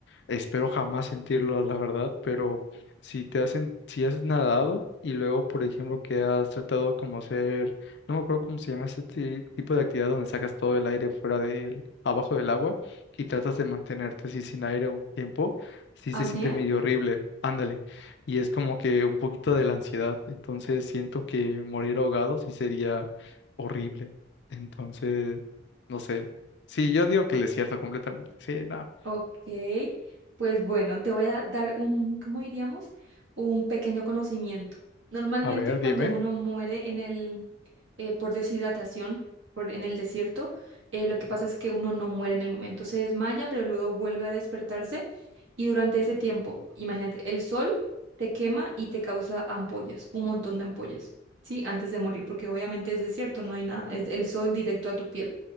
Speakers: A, on the left; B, on the right.
A: Espero jamás sentirlo, la verdad, pero si te hacen, si has nadado y luego, por ejemplo, que has tratado como hacer, no me acuerdo cómo se llama este ti- tipo de actividad donde sacas todo el aire fuera del, abajo del agua y tratas de mantenerte así sin aire un tiempo, sí se
B: ¿Apnea?
A: siente medio horrible, ándale. Y es como que un poquito de la ansiedad, entonces siento que morir ahogado sí sería horrible. Entonces, no sé. Sí, yo digo que el desierto completamente. Sí, nada.
B: Ok. Pues bueno, te voy a dar un, ¿cómo diríamos? Un pequeño conocimiento. Normalmente
A: A ver,
B: cuando
A: dime.
B: uno muere en el eh, por deshidratación por, en el desierto. eh, lo que pasa es que uno no muere en el momento, se desmaya, pero luego vuelve a despertarse y durante ese tiempo, imagínate, el sol te quema y te causa ampollas, un montón de ampollas, ¿sí? Antes de morir, porque obviamente es desierto, no hay nada, es el sol directo a tu piel.